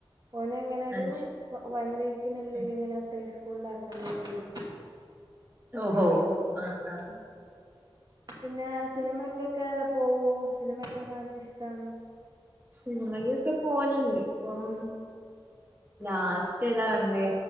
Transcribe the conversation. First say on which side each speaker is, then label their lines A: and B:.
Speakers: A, on the right (about 45°); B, on the right (about 20°).
A: ഓനങ്ങനെ
B: അത്
A: രു
B: ശരി
A: വ വൺ വീക്കിനുള്ളില്
B: ഉം.
A: ങ്ങനെ പ്ലേ സ്ക്കൂള്ളാക്കാൻ വേണ്ടിയിരിക്കാ
B: ഓഹ് ഹോ ആഹ് ആഹ്
A: <inaudible> പിന്നെ സിനിമക്കൊക്കെ പോവോ സിനിമെക്കെ കാൺണെ ഇഷ്ടാണൊ?
B: സിനിമയൊക്കെക്കെ പോവൽണ്ട്. പ്പം ലാസ്റ്റ് ഏതാ കണ്ടേ.